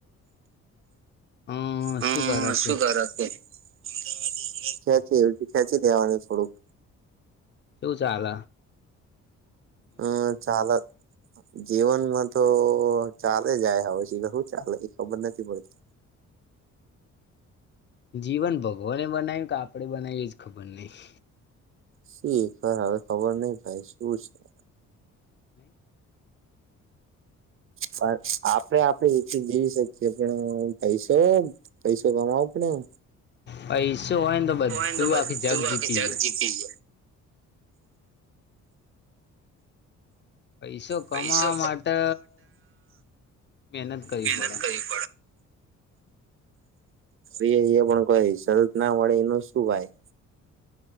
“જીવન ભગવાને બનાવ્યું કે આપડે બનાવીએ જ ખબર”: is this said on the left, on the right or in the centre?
Left